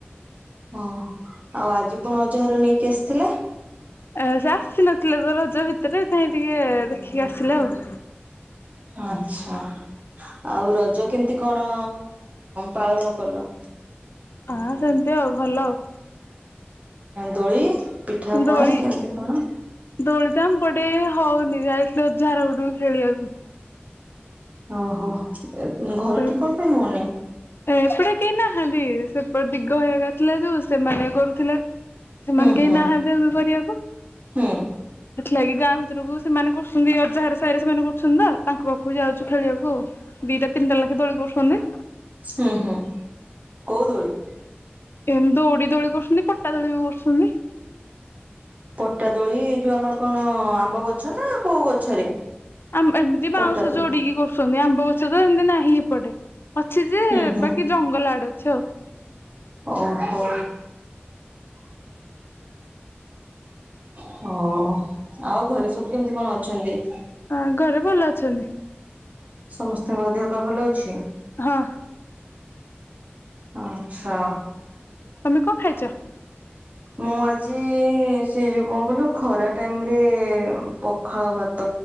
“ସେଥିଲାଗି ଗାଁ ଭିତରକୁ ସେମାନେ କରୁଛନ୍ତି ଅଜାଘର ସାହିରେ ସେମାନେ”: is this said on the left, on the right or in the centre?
Left